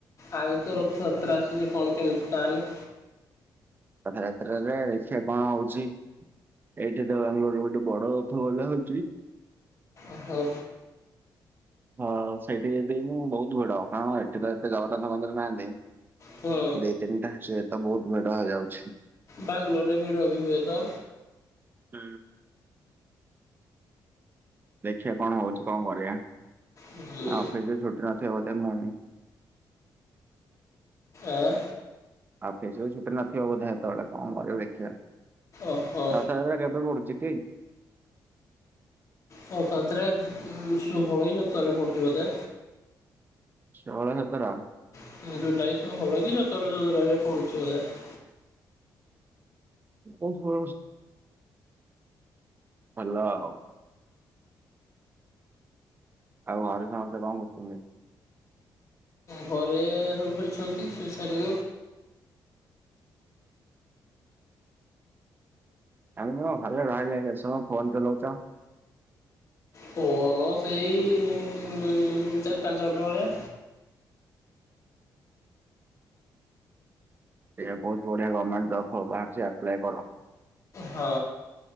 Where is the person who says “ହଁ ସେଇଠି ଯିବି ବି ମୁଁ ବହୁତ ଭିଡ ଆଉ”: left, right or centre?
Right